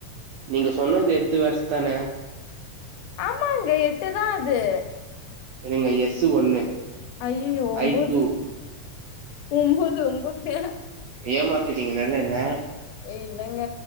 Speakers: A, on the right; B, on the left.
A: நீங்க சொன்னது எட்டு வேட்ஸ் தான
B: ஆமாங்க எட்டுதா அது
A: என்னங்க எஸ்சு ஒன்னு
B: அய்யய்யோ ஒம்போது
A: ஐ டூ
B: ஒம்போது ஒம்போது
A: ஏமாத்திட்டீங்க நனன்ன
B: ஏ இல்லங்க